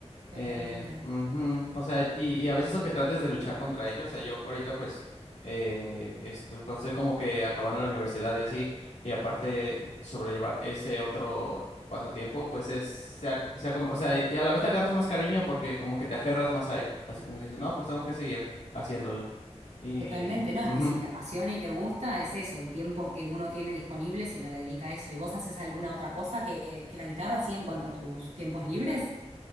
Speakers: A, on the right; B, on the left.
A: totalmente.
B: Eh, ujú, O sea, y, y a veces aunque trates de luchar contra ellos, o sea, yo ahorita pues eh, esto, estoy como que acabando la universidad y así, y aparte sobrellevar ese otro pasatiempo, pues es, sea, sea como, o sea, y a la vez te agarras más cariño porque como que te aferras más a él, así como que dices, no, pues tengo que seguir haciéndolo. Y,
A: Totalmente, no,
B: ujú.
A: es que si te apasiona y te gusta, es eso, el tiempo que uno tiene disponible se lo dedica a eso. ¿Y vos haces alguna otra cosa que, que la guitarra, así en cuanto a tus tiempos libres?